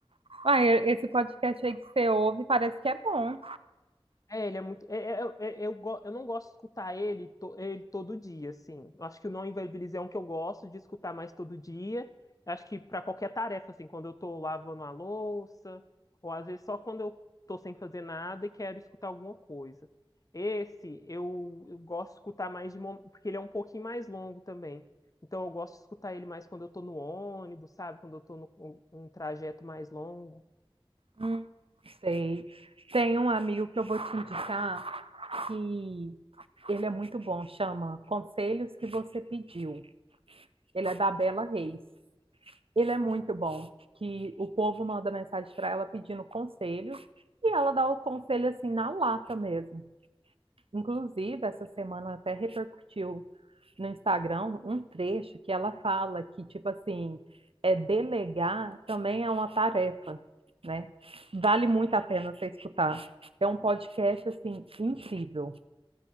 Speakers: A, on the right; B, on the left.
A: Ah, e- esse podcast aí que você ouve parece que é bom.
B: É, ele é muito. é- é- é- é- eu, go- eu não gosto de escutar ele, to- ele todo dia, assim. Eu acho que o Não Inviabilize é um que eu gosto de escutar mais todo dia. Eu acho que para qualquer tarefa, assim, quando eu tô lavando a louça, ou às vezes só quando eu tô sem fazer nada e quero escutar alguma coisa. Esse eu, eu gosto de escutar mais de momento, porque ele é um pouquinho mais longo também. Então eu gosto de escutar ele mais quando eu tô no ônibus, sabe? Quando eu tô no um um trajeto mais longo.
A: Hum, sei. Tem um amigo que eu vou te indicar que ele é muito bom, chama Conselhos que Você Pediu. Ele é da Bela Reis. ele é muito bom, que o povo manda mensagem para ela pedindo conselho e ela dá o conselho assim na lata mesmo. Inclusive, essa semana até repercutiu no Instagram um trecho que ela fala que tipo assim, é delegar também é uma tarefa, né? Vale muito a pena você escutar. É um podcast assim incrível.